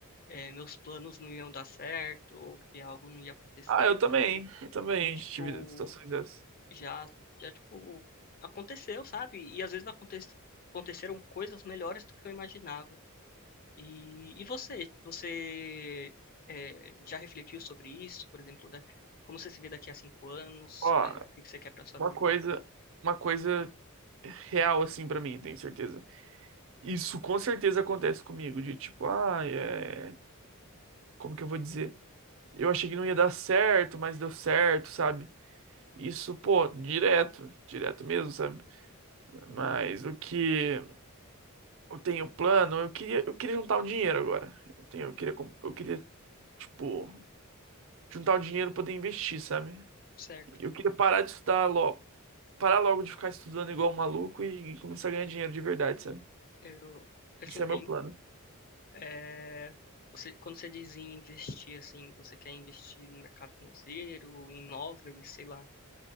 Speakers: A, on the left (about 40°); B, on the right (about 65°).
A: eh, meus planos não iam dar certo ou que algo não ia acontecer
B: Ah, eu também, eu também
A: e tipo
B: tive situações dessas.
A: já já tipo aconteceu, sabe? E às vezes aconte, aconteceram coisas melhores do que eu imaginava. E, e você, você eh, já refletiu sobre isso, por exemplo, da, como você se vê daqui a cinco anos,
B: Ó,
A: eh, o que que você quer para sua
B: uma
A: vida?
B: coisa, uma coisa real assim pra mim, tenho certeza. Isso com certeza acontece comigo, de tipo, ah, é... como que eu vou dizer? Eu achei que não ia dar certo, mas deu certo, sabe? Isso, pô, direto, direto mesmo, sabe? Mas o que Eu tenho plano, eu queria, eu queria juntar o dinheiro agora. Eu tenho, eu queria, com- eu queria, tipo, juntar o dinheiro pra poder investir, sabe?
A: Certo?
B: Eu queria parar de estudar logo, parar logo de ficar estudando igual um maluco e, e começar a ganhar dinheiro de verdade, sabe?
A: Eu eu
B: Esse
A: te entendo.
B: é meu plano.
A: É, você, quando você diz em investir, assim, você quer investir no mercado financeiro, em imóveis, sei lá,